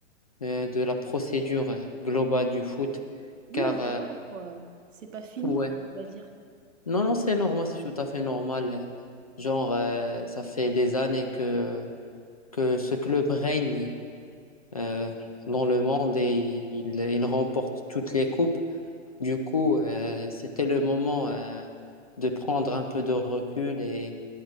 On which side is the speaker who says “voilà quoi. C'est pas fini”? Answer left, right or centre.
Right